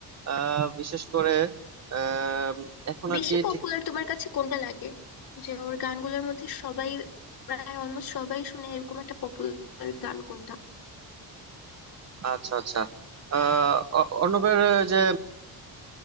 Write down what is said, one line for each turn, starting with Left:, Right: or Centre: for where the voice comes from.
Right: আহ, বিশেষ করে আহ, এখন
Left: বেশি
Right: আর কি
Left: পপুলার
Right: ঠিক
Left: তোমার কাছে কোনটা লাগে যে ওর গানগুলোর মধ্যে সবাই প্রায় অলমোস্ট সবাই শুনে এরকম একটা পপুলার গান কোনটা
Right: আচ্ছা আচ্ছা আহ, অ- অর্ণবের যে